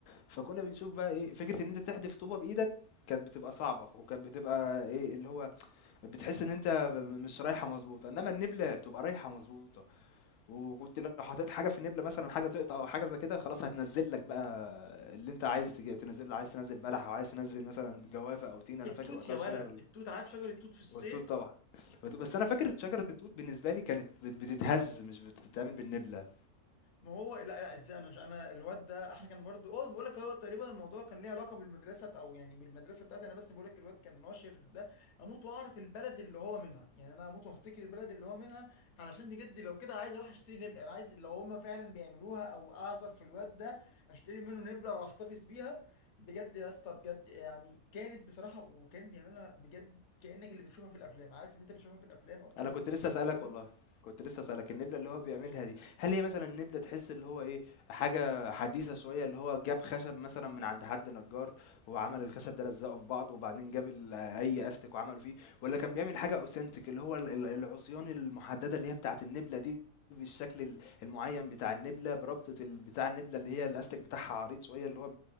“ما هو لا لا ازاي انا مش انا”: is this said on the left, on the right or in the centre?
Left